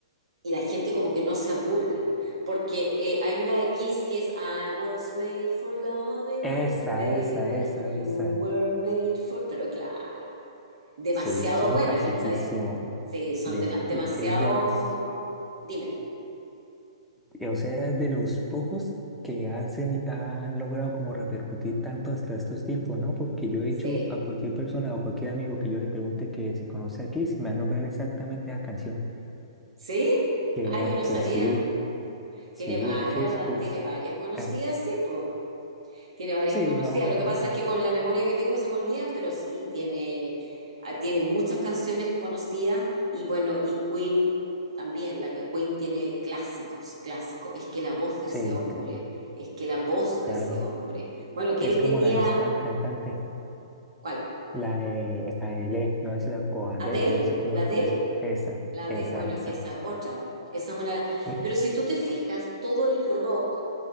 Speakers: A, on the right (about 75°); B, in the centre.
A: y la gente como que no se aburre, porque eh, hay una de Kiss que es I was made for loving
B: Esa,
A: you, baby,
B: esa, esa,
A: you
B: esa.
A: were made for... Pero claro. demasiado
B: Sí, ese es
A: buena,
B: un clasiquísimo.
A: ¿cachai? Sí, son
B: De,
A: dema- demasiado...
B: es de las
A: Dime,
B: O sea, es de los pocos que han, se- han logrado como repercutir tanto hasta estos tiempos, ¿no? Porque yo he
A: sí.
B: hecho a cualquier persona o cualquier amigo que yo le pregunte que si conoce a Kiss, me va a nombrar exactamente esa canción.
A: ¿Sí?
B: Que,
A: Ah, yo no
B: que
A: sabía.
B: sí, sí,
A: Tiene varias,
B: de hecho es pues,
A: tiene varias conocidas,
B: eh,
A: sí, pues. Tiene varias
B: sí,
A: conocidas.
B: más o menos.
A: Lo que pasa es que con la memoria que tengo se me olvidan, pero sí, tiene, ah, tiene muchas canciones conocidas y bueno, y Queen también. La Queen tiene clásicos, clásicos. Es que la voz de
B: Sí,
A: ese hombre,
B: claro,
A: es que la voz
B: claro.
A: de ese hombre. Bueno, que
B: Es
A: él
B: como
A: tenía,
B: la de esta cantante,
A: ¿cuál?
B: la de Adele, no sé si la, o Adele,
A: ¿Adele?
B: no sé cómo
A: ¿La
B: se
A: Adele?
B: pronuncia. Esa,
A: La
B: esa,
A: de, bueno,
B: esa.
A: es que esa otra, esa es una...
B: Mm,
A: Pero si tú te fijas, todo el rock,